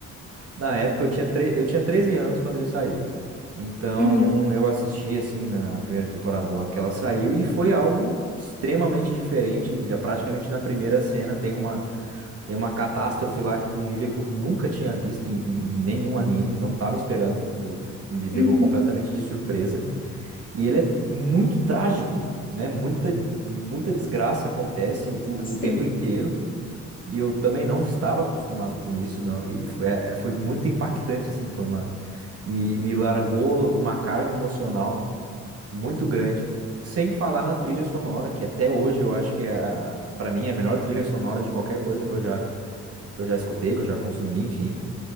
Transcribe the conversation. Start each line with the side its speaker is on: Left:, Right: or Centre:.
Right: na época eu tinha, tre- eu tinha 13 anos quando ele saiu. Então
Left: Uhum.
Right: eu assisti assim na primeira temporada logo que ela saiu e foi algo extremamente diferente, já praticamente na primeira cena tem uma tem uma catástrofe lá que de um nível que eu nunca tinha visto em, em nenhum anime, não estava esperando, foi- me pegou
Left: Uhum.
Right: completamente de surpresa. E ele é muito trágico, né? Muita, muita desgraça acontece o,
Left: Sim.
Right: o tempo inteiro. E eu também não estava acostumado com isso, não. E foi, é, é, foi muito impactante, assim, foi uma, me, me largou uma carga emocional muito grande. Sem falar na trilha sonora, que até hoje eu acho que é, para mim é a melhor trilha sonora de qualquer coisa que eu já, que eu já escutei, que eu já consumi, enfim.